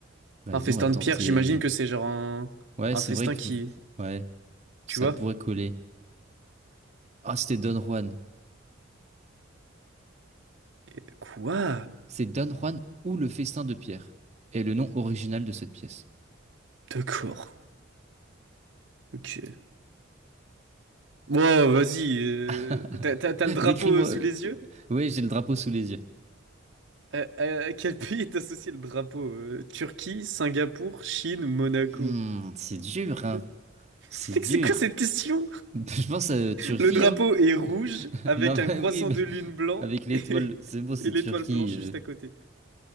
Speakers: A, on the right (about 35°); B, on the right (about 70°).
A: Vas-y,
B: Un festin
A: on va tenter.
B: de pierre, j'imagine que c'est genre un...
A: Ouais,
B: un
A: c'est
B: festin
A: vrai que
B: qui.
A: ouais, ça
B: Tu vois?
A: pourrait coller. Ah, c'était Don Juan.
B: Et- Quoi?
A: C'est Don Juan ou le festin de Pierre. Et le nom original de cette pièce.
B: D'accord. Ok. Bon, vas-y. euh,
A: <laughs>
B: T'as t'as- t'as le drapeau
A: Décris-moi.
B: sous les yeux?
A: Ouais, j'ai le drapeau sous les yeux.
B: Euh, euh, à quel pays est associé le drapeau? Euh, Turquie, Singapour, Chine ou Monaco?
A: Hmm, c'est dur,
B: <laughs>
A: hein.
B: Mec,
A: C'est dur.
B: c'est quoi cette question?
A: <laughs> Je pense à Turquie,
B: Le drapeau
A: hein.
B: est rouge
A: <laughs>
B: avec
A: Non, bah
B: un croissant
A: oui, mais
B: de lune blanc
A: avec l'étoile,
B: et, <laughs>
A: c'est beau, c'est
B: et l'étoile
A: Turquie.
B: blanche
A: euh.
B: juste à côté.